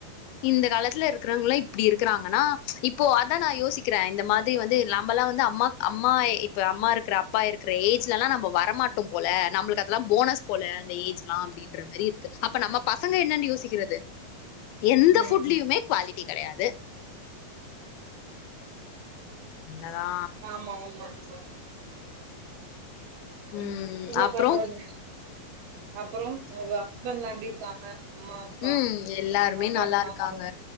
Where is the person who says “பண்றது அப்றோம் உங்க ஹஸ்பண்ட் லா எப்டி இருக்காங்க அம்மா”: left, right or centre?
Right